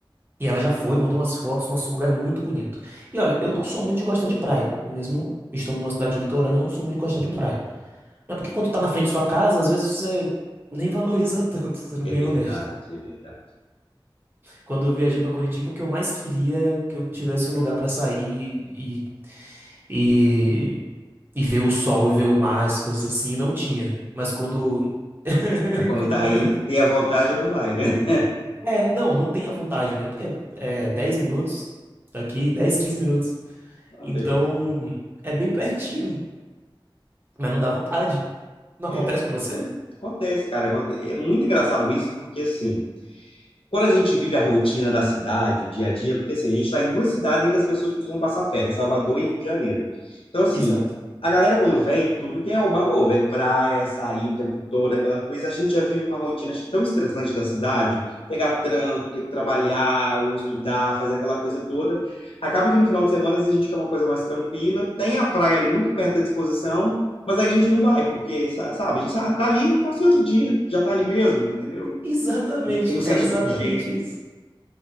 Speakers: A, on the right (about 25°); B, on the left (about 85°).
A: E ela já foi, mandou umas fotos, nosso lugar é muito bonito. E olha, eu não sou muito de gostar de praia, mesmo estando numa cidade litorânea, eu não sou muito de gostar
B: Aham.
A: de praia. Não é porque quando tá na frente de sua casa, às vezes você nem valoriza <laughs> tanto, sendo
B: É
A: bem
B: verdade,
A: honesto.
B: é verdade.
A: Quando eu viajei pra Curitiba, o que eu mais queria é que eu tivesse um lugar pra sair e, e, e ver o sol e ver o mar, as coisas assim, e não tinha. Mas quando <laughs>
B: Mas quando
A: quando
B: tá
A: eu voltei,
B: aí, tem a vontade, não vai, né? <laughs>
A: é, não, não tem a vontade, né? Porque é 10 minutos daqui, 10 15 minutos.
B: Ah,
A: Então,
B: beleza.
A: é bem pertinho, mas não dá vontade. Não
B: É,
A: acontece com você?
B: acontece, cara. aconte- É muito engraçado isso, porque assim. quando a gente vive a rotina da cidade, o dia a dia, porque assim, a gente está em duas cidades em que as pessoas costumam passar férias, Salvador e Rio de Janeiro. Então, assim,
A: Exato.
B: a galera quando vem, tudo que é oba-oba, é praia, é sair o tempo todo, aquela coisa, a gente já vive uma rotina acho que tão estressante da cidade, pegar trânsito, ter que trabalhar, ou estudar, fazer aquela coisa toda. Acaba que no final de semana, às vezes, a gente quer uma coisa mais tranquila, tem a praia ali muito perto da disposição, mas aí a gente não vai, porque, sa- sabe, a gente sa- tá ali, faça em outro dia, já tá ali mesmo, entendeu?
A: Exatamente,
B: Não tem um senso
A: é exatamente
B: de urgência.
A: isso.